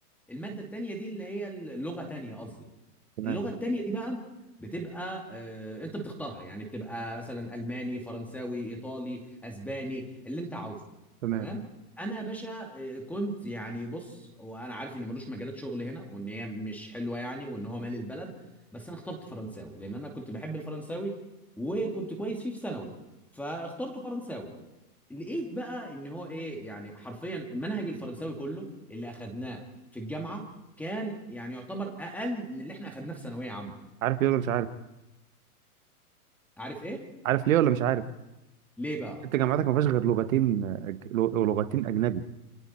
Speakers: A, in the centre; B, on the right.
A: الماده التانيه دي اللي هي اللغه تانيه قصدي
B: تمام
A: اللغه التانيه دي بقى بتبقى آه، انت بتختارها يعني بتبقى مثلا الماني فرنساوي ايطالي اسباني اللي انت عاوزه
B: تمام
A: تمام انا يا باشا آه، كنت يعني بص وانا عارف ان ملوش مجالات شغل هنا وان هي مش حلوه يعني وان هو مال البلد بس انا اخترت فرنساوي لان انا كنت بحب الفرنساوي وكنت كويس فيه في ثانوي فاخترت فرنساوي لقيت بقى ان هو ايه يعني حرفيا منهج الفرنساوي كله اللي اخدناه في الجامعه كان يعني يعتبر اقل من اللي احنا اخدناه في ثانويه عامه
B: عارف ليه ولا مش عارف
A: عارف ايه
B: عارف ليه ولا مش عارف
A: ليه بقى
B: انت جامعتك ما فيهاش غير لغتين أج... لغ- لغتين اجنبي